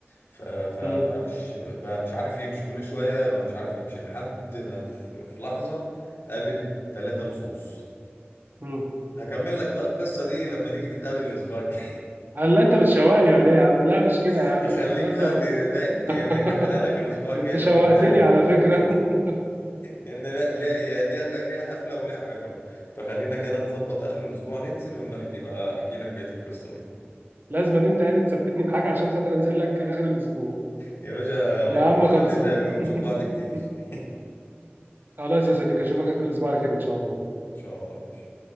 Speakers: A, on the left; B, on the right.
A: ف- فبقى
B: مم.
A: مش بقى مش عارف يمشي كل شويه بقى مش عارف يمشي لحد ما في في لحظه قابل ثلاثة لصوص
B: مم.
A: هكمل لك بقى القصة دي لما نيجي نتقابل الأسبوع الجاي
B: هل انت بتشوقني ولا ايه يا عم لا مش كده
A: <laughs>
B: يا عم
A: أخليك
B: انت بتهزر
A: بقى
B: ولا
A: ت-
B: ايه
A: فاهم يعني
B: <laughs>
A: هكملها لك الأسبوع الجاي
B: انت
A: لما
B: شوقتني
A: نتقابل إن
B: على
A: شاء
B: فكرة
A: الله
B: <laughs>
A: لأن لا لا هي ليها ليها قفلة وليها عبرة فخلينا كده نظبط آخر الأسبوع ننزل ونحكي بقى أحكي لك بقية القصة دي
B: لازم ان انت يعني تثبتني بحاجة عشان خاطر انزل لك اخر الاسبوع
A: يا باشا أهو
B: يا عم
A: عشان
B: خلصان
A: نتقابل ونشوف بعض كتير
B: <laughs>
A: <laughs>
B: خلاص يا صديقي اشوفك اخر الاسبوع على خير ان شاء الله
A: إن شاء الله يا باشا